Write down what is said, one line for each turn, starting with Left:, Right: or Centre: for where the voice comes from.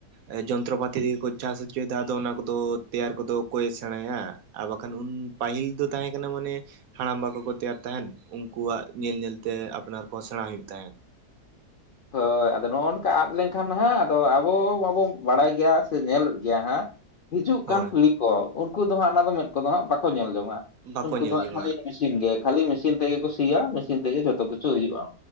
Right: ᱮ ᱡᱚᱱᱛᱨᱚᱯᱟᱛᱤ ᱛᱮᱜᱮ ᱠᱚ ᱪᱟᱥ ᱦᱚᱪᱚᱭᱮᱫᱟ ᱟᱫᱚ ᱚᱱᱟ ᱠᱚᱫᱚ ᱛᱮᱭᱟᱨ ᱠᱚᱫᱚ ᱠᱚᱠᱚᱭᱮ ᱥᱮᱬᱟᱭᱟ᱾ ᱟᱨ ᱵᱟᱠᱷᱟᱱ ᱩᱱ ᱯᱟᱹᱦᱤᱞ ᱫᱚ ᱛᱟᱦᱮᱸ ᱠᱟᱱᱟ ᱢᱚᱱᱮ ᱦᱟᱲᱟᱢ ᱵᱟ ᱠᱚᱠᱚ ᱛᱮᱭᱟᱨ ᱛᱟᱦᱮᱫ ᱩᱱᱠᱩᱣᱟᱜ ᱧᱮᱞ ᱧᱮᱞ ᱛᱮ ᱟᱯᱱᱟᱨ ᱠᱚᱦᱚᱸ ᱥᱮᱬᱟ ᱦᱩᱭᱩᱜ ᱛᱟᱦᱮᱸᱫ᱾
Left: ᱦᱳᱭ ᱟᱫᱚ ᱱᱚᱜ-ᱚ ᱱᱚᱝᱠᱟ ᱟᱫ ᱞᱮᱱᱠᱷᱟᱱ ᱦᱟᱜ ᱟᱫᱚ ᱟᱵᱚ ᱢᱟᱵᱚᱱ ᱵᱟᱲᱟᱭ ᱜᱮᱭᱟ ᱥᱮ ᱧᱮᱞᱮᱫ ᱜᱮᱭᱟ ᱦᱟᱸᱜ ᱦᱤᱡᱩᱜ ᱠᱟᱱ
Right: ᱦᱳᱭ
Left: ᱯᱤᱲᱦᱤ ᱠᱚ ᱩᱱᱠᱩ ᱫᱚ ᱦᱟᱸᱜ ᱚᱱᱟ ᱫᱚ ᱢᱮᱫ ᱠᱚᱫᱚ ᱦᱟᱸᱜ ᱵᱟᱠᱚ ᱧᱮᱞ ᱡᱚᱝᱟ
Right: ᱵᱟᱠᱚ
Left: ᱩᱱᱠᱩ
Right: ᱧᱮᱞ
Left: ᱫᱚ ᱦᱟᱸᱜ
Right: ᱡᱚᱝᱟᱜ
Left: ᱠᱷᱟᱹᱞᱤ ᱴᱷᱤᱠ ᱜᱮ ᱠᱷᱟᱞᱤ ᱢᱮᱥᱤᱱ ᱛᱮᱜᱮ ᱠᱚ ᱥᱤᱭᱟ ᱢᱮᱥᱤᱱ ᱛᱮᱜᱮ ᱡᱚᱛᱚ ᱠᱤᱪᱷᱩ ᱦᱩᱭᱩᱜ-ᱟ᱾